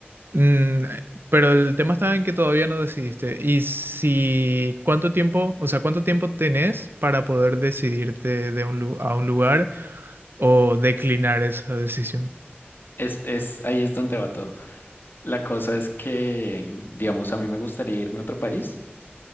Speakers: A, on the right (about 60°); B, on the left (about 55°).
A: mm, pero el tema está en que todavía no decidiste. Y si, ¿cuánto tiempo, o sea, cuánto tiempo tenés para poder decidirte de un, lu- a un lugar o declinar esa decisión?
B: es, es, ahí es donde va todo. La cosa es que, digamos, a mí me gustaría irme a otro país,